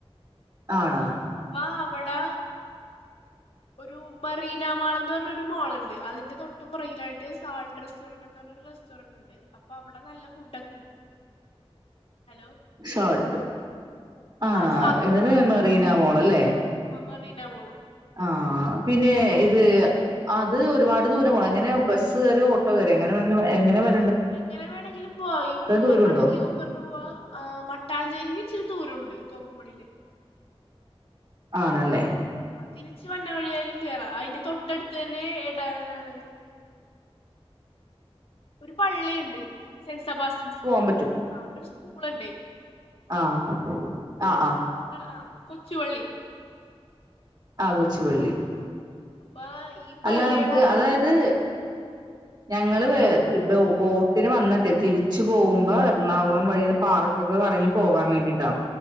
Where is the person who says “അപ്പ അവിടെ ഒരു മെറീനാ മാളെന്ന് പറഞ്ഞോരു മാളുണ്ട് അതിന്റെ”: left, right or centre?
Left